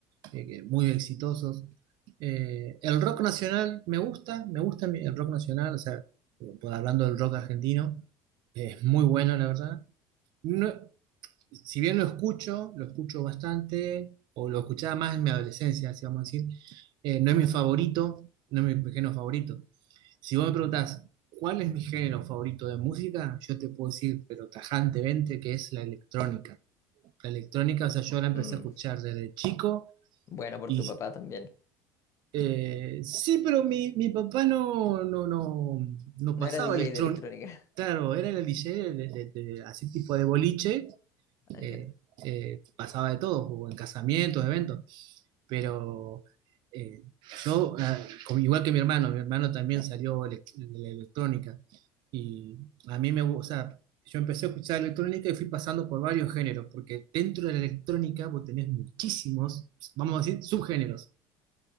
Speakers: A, on the right; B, on the left.
A: eh, que- muy exitosos. Eh, el rock nacional me gusta, me gusta mi- el rock nacional, o sea, por- hablando del rock argentino, es muy bueno, la verdad. No, si bien lo escucho, lo escucho bastante, o lo escuchaba más en mi adolescencia, así vamos a decir, eh, no es mi favorito, no es mi género favorito. Si vos me preguntás, ¿cuál es mi género favorito de música? Yo te puedo decir, pero tajantemente, que es la electrónica. La electrónica, o sea, yo la empecé
B: Mm,
A: a escuchar desde chico
B: bueno, por
A: y...
B: tu papá también.
A: eh, sí, pero mi, mi papá no, no, no, no
B: No
A: pasaba
B: era DJ
A: electrónica.
B: de electrónica,
A: Claro, era el DJ de, de- de- así tipo de boliche,
B: <laughs> ah, entiendo.
A: eh, eh, pasaba de todo, o en casamientos, eventos, pero eh, yo, ah, como- igual que mi hermano, mi hermano también salió de la electrónica y a mí me gusta, o sea, yo empecé a escuchar electrónica y fui pasando por varios géneros, porque dentro de la electrónica vos tenés muchísimos, vamos a decir, subgéneros.